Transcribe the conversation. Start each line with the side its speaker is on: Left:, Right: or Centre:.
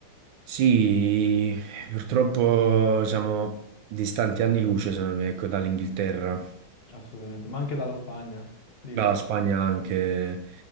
Right: Sì, purtroppo siamo distanti anni luce, secondo me, ecco, dall'Inghilterra.
Left: assolutamente, ma anche dalla Spagna, direi,
Right: Dalla Spagna anche.